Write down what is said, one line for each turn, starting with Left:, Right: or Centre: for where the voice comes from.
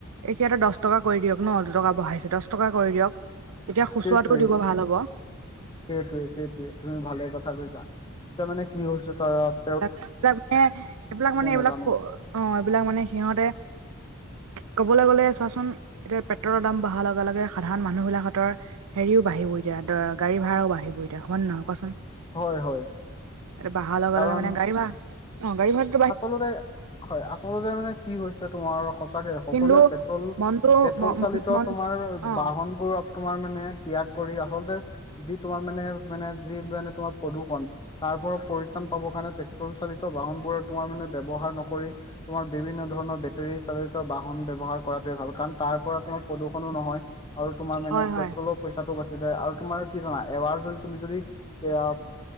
Right: এতিয়াতো দহ টকা কৰি দিয়ক ন দুটকা বহাইছো দহ টকা কৰি দিয়ক। তেতিয়া খুচুৰাটো
Left: সেটোৱেই।
Right: দিব ভাল হ'ব
Left: সেইটোৱে সেইটোৱে তুমি ভালে কথা কৈছা এতিয়া মানে কি হৈছে ধৰক-
Right: এইবিলাক মানে এইবিলাক মানে এইবিলাক
Left: নাজানো
Right: ফ অঁ এইবিলাক মানে সিহঁতে- ক'বলে গ'লে চোৱাচোন এতিয়া পেট্ৰলৰ দাম বঢ়াৰ লগে লগে সাধাৰণ মানুহ বিলাক হতৰ- হেৰিও বাঢ়িব এতিয়া দ গাড়ী ভা়ও বাঢ়িব এতিয়া হয় নহয় কচ-
Left: হয় হয়
Right: বাহা লগে
Left: কাৰণ
Right: লগে মানে গাড়ী ভা অঁ গাড়ী ভাড়া-
Left: আচলতে হয়, আচলতে মানে কি হৈছে তোমাৰ- সচাকে সকলোৱে
Right: কিন্তু
Left: পেট্ৰল
Right: মনটো
Left: পেট্ৰল
Right: ম
Left: চালিত
Right: মন
Left: তোমাৰ
Right: অ
Left: বাহন বা- বোৰক তোমাৰ মানে ত্যাগ কৰি আচলতে- যি তোমাৰ মানে মানে যি মানে তোমাৰ প্ৰদূৰ্ষণ- তাৰ পৰা পৰিত্ৰাণ পাবৰ কাৰণে পেট্ৰল চালিত বাহন বোৰৰ তোমাৰ মানে ব্যৱহাৰ নকৰি- তোমাৰ বিভিন্ন ধৰণৰ বেটেৰী চালিত বাহন ব্যৱহাৰ কৰাটোৱে ভাল কাৰণ তাৰ পৰা তোমাৰ প্ৰদূষণো নহয়। আৰু তোমাৰ মানে
Right: হয় হয়
Left: পেট্ৰলৰ পইচাটো বাচি যায় আৰু তোমাৰ কি জানা এবাৰ যদি তুমি যদি- এয়া